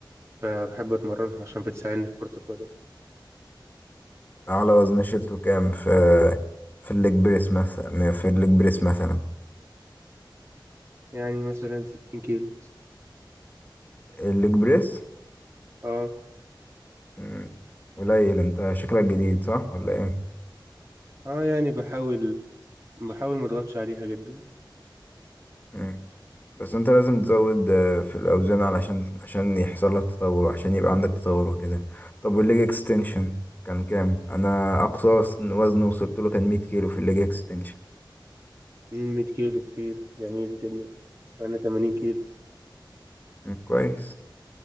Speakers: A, on the right (about 35°); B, on the left (about 20°).
A: فبحب أتمرنها عشان بتساعدني في كرة القدم
B: أعلى وزن شيلته كام في في الليج بريس مثلا في الليج بريس مثلا
A: يعني مثلا ستين كيلو
B: الليج بريس
A: اه
B: مم، قليل أنت شكلك جديد صح ولا
A: اه يعني بحاول بحاول ما أضغطش عليها جدا
B: إيه؟ بس انت لازم تزود آه، في الاوزان علشان عشان يحصل لك تطور عشان يبقى عندك تطور وكده طب والليج اكستنشن كان كام انا اقصى وس- وزن وصلت له كان 100 كيلو في الليج اكستنشن
A: مية كيلو كتير جميل جدا أنا تمانين كيلو
B: مم، كويس